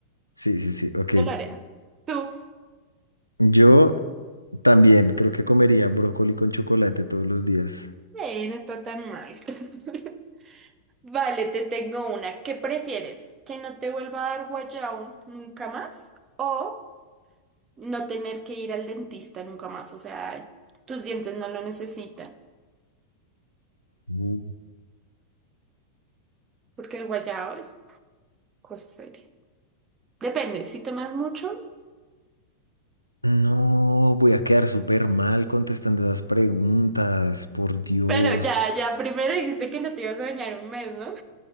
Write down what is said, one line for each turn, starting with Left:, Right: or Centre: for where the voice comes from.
Left: sí, sí, sí, ok.
Right: yo lo haré. ¿Tú?
Left: Yo también creo que comería brócoli con chocolate todos los días.
Right: Eh, no está tan mal. <laughs> Vale, te tengo una. ¿Qué prefieres? ¿Que no te vuelva a dar guayao nunca más? ¿O no tener que ir al dentista nunca más? O sea, tus dientes no lo necesitan.
Left: Uh,
Right: Porque el guayao es cosa seria. Depende, si tomas mucho.
Left: No, voy a quedar súper mal contestando esas preguntas, por Dios.
Right: Bueno, ya, ya, primero dijiste que no te ibas a bañar un mes, ¿no?